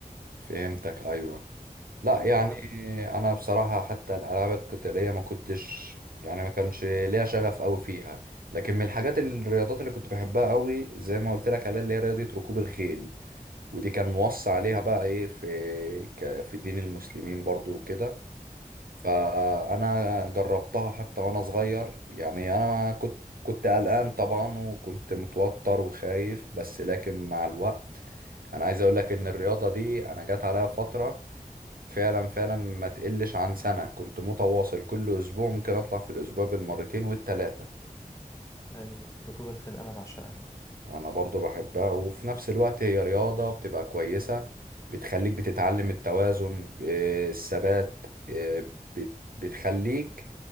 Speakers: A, on the right; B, on the left.
A: فهمتك ايوه لا يعني
B: هو
A: انا بصراحة حتى الالعاب القتالية ما كنتش يعني ما كانش ليا شغف قوي فيها لكن من الحاجات الرياضات اللي كنت بحبها قوي زي ما قلت لك عليها اللي هي رياضة ركوب الخيل ودي كان موصى عليها بقى ايه في ك- في دين المسلمين برضو وكده فانا جربتها حتى وانا صغير يعني انا ما كنت كنت قلقان طبعا وكنت متوتر وخايف بس لكن مع الوقت انا عايز اقول لك ان الرياضة دي انا جات عليها فترة فعلا فعلا ما تقلش عن سنة كنت متواصل كل اسبوع ممكن اطلع في الاسبوع بالمرتين والتلاتة
B: ايوه ركوب الخيل انا بعشقها
A: انا برضو بحبها وفي نفس الوقت هي رياضة بتبقى كويسة بتخليك بتتعلم التوازن آه، الثبات آه، بت- بتخليك